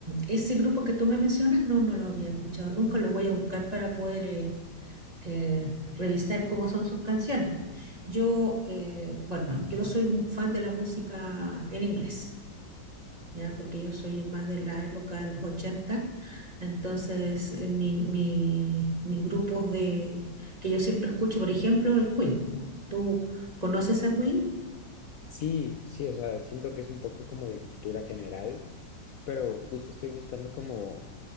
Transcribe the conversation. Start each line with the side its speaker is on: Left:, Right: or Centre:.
Right: ese grupo que tú me mencionas, no, no lo había escuchado nunca, lo voy a buscar para poder eh, eh, revisar cómo son sus canciones. Yo, eh, bueno, yo soy un fan de la música en inglés, ¿ya? Porque yo soy más de la época de los ochenta entonces eh, mi- mi- mis grupos de, que yo siempre escucho, por ejemplo, es Queen. ¿Tú conoces a Queen?
Left: Sí, sí, o sea, siento que es un poco como de cultura general, pero justo estoy buscando como